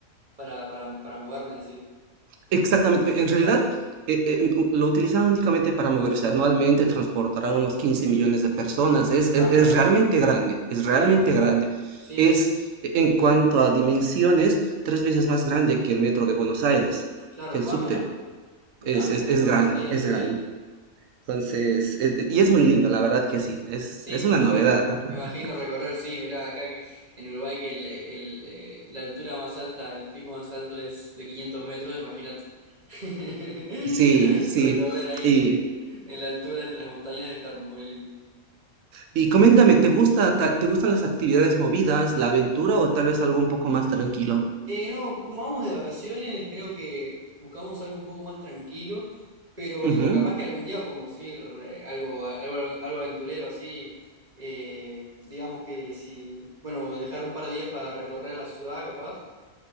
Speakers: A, on the right; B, on the right.
A: para, para, para moverme, decir.
B: Exactamente, en realidad
A: Claro.
B: eh, eh, u- lo utilizaban únicamente para moverse. Anualmente transportarán unos 15 millones de personas. Es, es,
A: Ah, mira.
B: es realmente grande, es realmente
A: Claro.
B: grande.
A: Sí,
B: Es,
A: sí, sí.
B: eh, en cuanto a dimensiones, tres veces más grande que el metro de Buenos Aires,
A: Claro.
B: que el
A: Ah,
B: subte.
A: mira. Mira.
B: Es, es, es
A: No,
B: grande,
A: no sabía,
B: es
A: no sabía.
B: grande. Entonces, eh, eh, y es muy lindo, la verdad que sí. Es,
A: Sí,
B: es
A: me
B: una
A: imagino,
B: novedad.
A: me, ima-
B: <laughs>
A: me imagino recorrer, sí, mirá, acá que, en Uruguay que el, el, eh, la altura más alta, el pico más alto es de 500 metros, imagínate. <laughs>
B: Sí, sí.
A: Recorrer ahí
B: Y,
A: en la altura entre las montañas debe estar muy lindo.
B: y coméntame, ¿te gusta, ta- te gustan las actividades movidas, la aventura o tal vez algo un poco más tranquilo?
A: Eh, no, como vamos de vacaciones, creo que buscamos algo un poco más tranquilo, pero
B: Ujú.
A: digo, capaz que algún día podemos ir eh, algo, algo, algo aventurero así, eh, digamos que si, bueno, dejar un par de días para recorrer la ciudad, capaz,